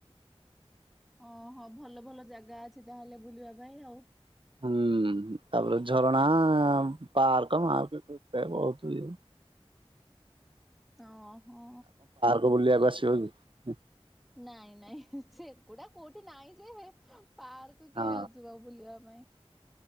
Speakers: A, in the centre; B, on the right (about 55°).
A: ଓ ହୋ ଭଲ ଭଲ ଜାଗା ଅଛି ତାହେଲେ ବୁଲିବା ପାଇଁ ଆଉ।
B: ହୁଁ ତାପରେ ଝରଣା ପାର୍କ ମାର୍କ କେତେ ବହୁତ ଇଏ
A: ଓ ହୋ
B: ବୁଲିଆକୁ ଆସିବ କି?
A: ନାଇଁ ନାଇଁ ସେଗୁଡା କୋଉଠି ନାଇଁ ଯେ ପାର୍କ କିଏ
B: ହଁ
A: ଯାଉଚି ବା ବୁଲିବା ପାଇଁ।